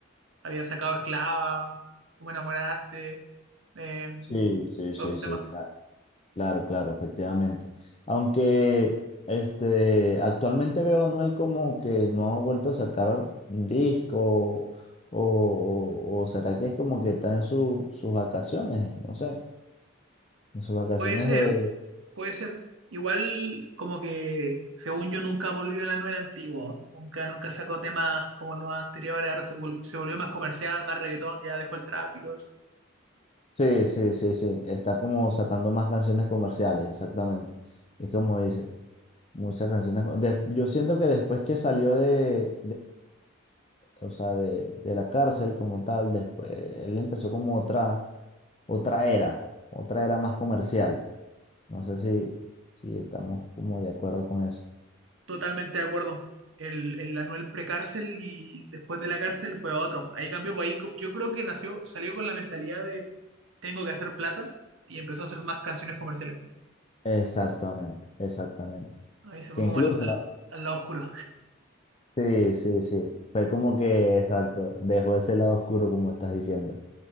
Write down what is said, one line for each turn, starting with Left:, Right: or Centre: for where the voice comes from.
Right: había sacado Esclava, Tú me enamoraste, eh,
Left: Sí, sí,
Right: todos
Left: sí,
Right: esos
Left: sí,
Right: temas.
Left: claro. Claro, claro, efectivamente. Aunque este, actualmente veo a Anuel como que no ha vuelto a sacar un disco o, o- o será que es como que está en su- sus vacaciones, no sé, en sus vacaciones
Right: Puede ser,
Left: de...
Right: puede ser. Igual como que, según yo, nunca volvió el Anuel antiguo, ¿no? nunca, nunca sacó temas como los anteriores, ahora se volvió, se volvió más comercial, más reggaetón, ya dejó el trap y todo eso.
Left: Sí, sí, sí, sí, está como sacando más canciones comerciales, exactamente. Es como dice, muchas canciones... co- de- yo siento que después que salió de, o sea, de, de la cárcel como tal. Después, él empezó como otra, otra era, otra era más comercial. No sé si, si estamos como de acuerdo con eso.
Right: Totalmente de acuerdo. El, el Anuel precárcel y después de la cárcel fue otro. Ahí cambió, pues ahí co- yo creo que nació, salió con la mentalidad de tengo que hacer plata y empezó a hacer más canciones comerciales.
Left: Exactamente, exactamente.
Right: Ahí se
Left: Que
Right: fue como
Left: incluso,
Right: al, al-
Left: la-
Right: al lado oscuro.
Left: sí, sí, sí, fue como que, exacto, dejó ese lado oscuro como estás diciendo.